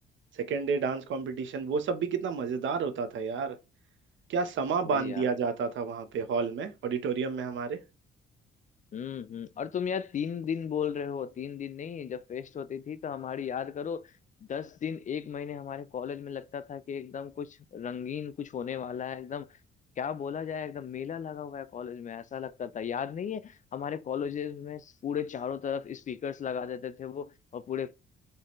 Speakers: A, on the right (about 70°); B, on the left (about 40°).
A: सेकंड डे डांस कंपटीशन वो सब भी कितना मजेदार होता था यार क्या समा
B: वही
A: बांध
B: यार
A: दिया जाता था वहां पे हॉल में ऑडिटोरियम में हमारे
B: हम्म हम्म और तुम यार तीन दिन बोल रहे हो तीन दिन नहीं जब फेस्ट होती थी तो हमारी याद करो दस दिन एक महीने हमारे कॉलेज में लगता था कि एकदम कुछ रंगीन कुछ होने वाला है एकदम क्या बोला जाए एकदम मेला लगा हुआ है कॉलेज में ऐसा लगता था याद नहीं है हमारे कॉलेजेस में पूरे चारों तरफ स्पीकर्स लगा देते थे वो और पूरे